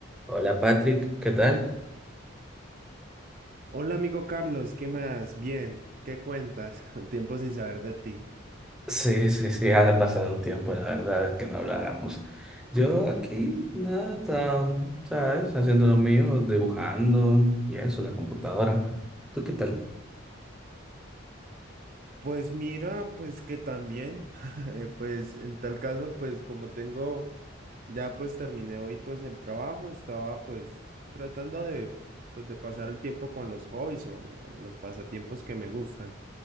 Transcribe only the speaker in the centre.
Hola Patrick, ¿qué tal?
Sí, sí, sí, ha pasado un tiempo, la verdad, que no habláramos. Yo aquí, nada, mm, ¿sabes? Haciendo lo mío, dibujando y eso, la computadora. ¿Tú qué tal?